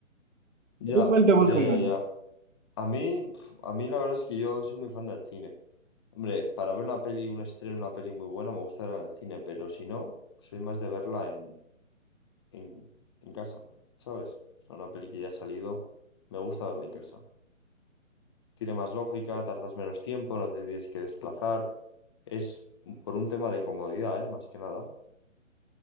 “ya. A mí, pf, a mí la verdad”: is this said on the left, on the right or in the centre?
Left